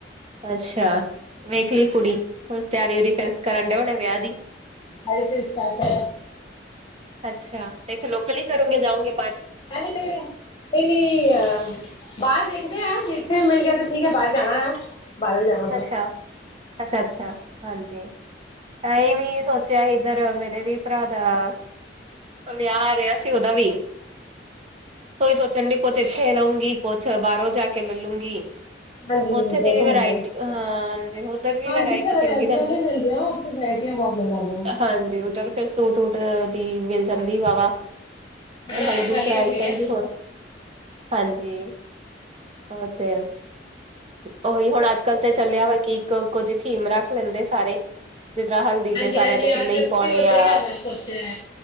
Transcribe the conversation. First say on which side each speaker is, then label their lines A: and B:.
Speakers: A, on the right (about 35°); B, on the left (about 25°).
A: ਅੱਛਾ। ਵੇਖ ਲਈ ਕੁੜੀ ਹੁਣ ਤਿਆਰੀ ਉਰੀ ਫਿਰ ਕਰਨਦੇ ਉਹਨੇ ਵਿਆਹ ਦੀ।
B: ਆਈ ਤੇ ਸਾਰਟ।
A: ਅੱਛਾ ਤੇ ਇੱਥੇ ਲੋਕਲ ਹੀ ਕਰੋਂਗੇ ਜਾਊਗੇ
B: ਨਹੀਂ ਨਹੀਂ ਨਹੀਂ ਅ ਬਾਹਰ ਦੇਖਦੇ ਆ ਜੇ ਇੱਥੇ ਮਿਲ ਗਿਆ ਤੇ ਠੀਕ ਹੈ ਬਾਹਰ ਜਾਣਾ ਹੈ ਬਾਹਰ ਵੀ ਜਾਣਾ ਥੋੜਾ
A: ਅੱਛਾ ਅੱਛਾ ਅੱਛਾ ਹਾਂਜੀ ਅਂ ਵੀ ਸੋਚਿਆ ਸੀ ਇੱਧਰ ਮੇਰੇ ਵੀ ਭਰਾ ਦਾ ਵਿਆਹ ਰਿਹਾ ਸੀ ਉਹਦਾ ਵੀ ਸਈ ਸੋਚਣ ਡੀ ਕੁਛ ਇੱਥੇ ਰਹੂੰਗੀ ਕੁਛ ਬਾਹਰੋਂ ਜਾ ਕੇ ਲੈ ਲੂੰਗੀ
B: ਹਾਂਜੀ
A: ਉੱਥੇ
B: ਉੁਧਾਂ
A: ਦੀ
B: ਹੀ
A: ਵੀ
B: ਤਾਂ
A: ਵਰਾਇਟੀ,
B: ਹੁੰਦਾ
A: ਹਾਂਜੀ ਉਧਰ ਵੀ
B: ਹਾਂ
A: ਵਰਾਇਟੀ
B: ਜਿੱਥੇ ਵਰਾਇਟੀਆਂ
A: ਚੰਗੀ ਰਹਿੰਦੀ
B: ਨਹੀਂ ਮਿਲਦੀਆਂ ਉੱਥੇ ਵਰਾਇਟੀਆਂ ਬਹੁਤ ਮਿਲ ਜਾਂਦੀਆਂ
A: ਹਾਂਜੀ ਉਧ ਫ ਫਰੂਟ ਦੀ ਮਿਲ ਜਾਂਦੀ
B: ਹਾਂਜੀ
A: ਵਾ
B: ਹਾਂਜੀ
A: ਵ
B: ਉਦਾਂ
A: ਨਾਲੇ
B: ਦੀ
A: ਦੂਸਰਾ
B: ਗੱਲ ਹੀ ਵੱਖਰੀ
A: ਆਈਟਮ
B: ਹੈ
A: ਵੀ ਹੋਰ ਹਾਂਜੀ ਉਹ ਤੇ ਉਓਹੀ ਹੁਣ ਅੱਜ ਕੱਲ ਤੇ ਚੱਲਿਆ ਵਾ ਕਿ ਇੱਕ ਕੁਝ ਥੀਮ ਰੱਖ ਲੈਂਦੇ ਸਾਰੇ ਜਿਸ ਤਰ੍ਹਾਂ ਹਲਦੀ
B: ਹਾਂਜੀ
A: ਚ ਸਾਰਿਆਂ
B: ਹਾਂਜੀ
A: ਨੇ
B: ਅਹ
A: ਪੀਲੇ ਹੀ
B: ਅਸੀਂ
A: ਪਾਉਣੇ
B: ੱਦਾਂ
A: ਆ
B: ਹੀ ਕਰਨਾ ਸੋਚਿਆ ਹੈ